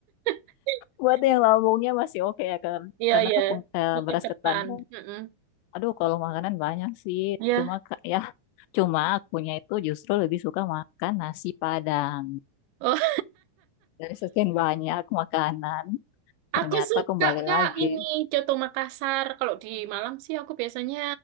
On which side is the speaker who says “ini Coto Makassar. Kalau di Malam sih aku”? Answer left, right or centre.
Right